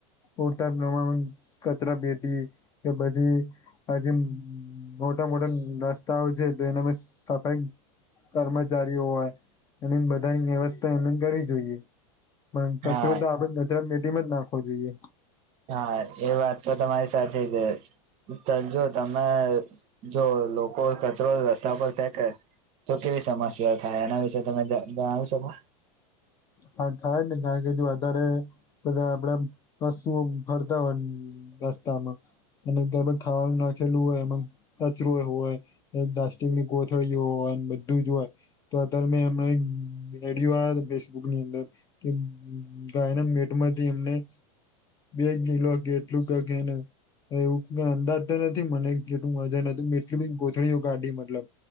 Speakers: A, on the left; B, on the right.
A: પૂરતા પ્રમાણ કચરા પેટી કે પછી હજ મોટા મોટા રસ્તાઓ છે તો એના સફાઈ કર્મચારીઓ હોય એની બધાની વ્યવસ્થા એને કરવી જોઈએ. પણ કચરો
B: હા
A: તો આપડણે કચરા મેટીમાં જ નાખવો જોઈએ.
B: હા એ વાત તો તમારી સાચી છે. ત જો તમે જો લોકો કચરો રસ્તા પર ફેંકે તો કેવી સમસ્યા થાય એના વિશે તમે જણાવી શકો
A: હા થાય જ ને કારણ કે જો વધારે બધા આપડે પશુ ફરતા હોય હ રસ્તામાં અને ગરબગ ખાવાનું નાખેલું હોય એમાં કચરો હોય એક પ્લાસ્ટિક ની ગોથળીઓ હોય બધું જ હોય તો અત્યારે મે એમ રડ ની અંદર કે ગાયના મેટમાંથી એમને બેગ નની લોગે એટલું ક કેને એવું કઈ અંદાજ તો નથી મને જેટલું મજા નથીતું મેં એટલી બધી ગથળીઓ કાઢી મતલબ